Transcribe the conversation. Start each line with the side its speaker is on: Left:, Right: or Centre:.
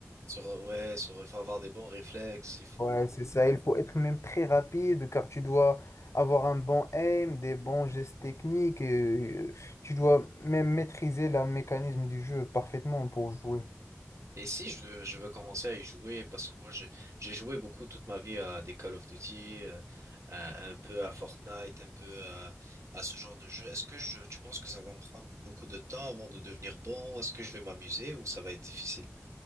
Right: Sur, ouais, sur, il faut avoir des bons réflexes, il faut
Left: Ouais, c'est ça. Il faut être même très rapide car tu dois avoir un bon aim, des bons gestes techniques. et, euh, tu dois même maîtriser le mécanisme du jeu parfaitement pour jouer.
Right: Et si je, je veux commencer à y jouer, parce que moi je- j'ai joué beaucoup toute ma vie à des Call of Duty, euh, à- un peu à Fortnite, un peu à, à ce genre de jeu, est-ce que je, tu penses que ça va me prendre beaucoup de temps avant de devenir bon? Est-ce que je vais m'amuser ou ça va être difficile?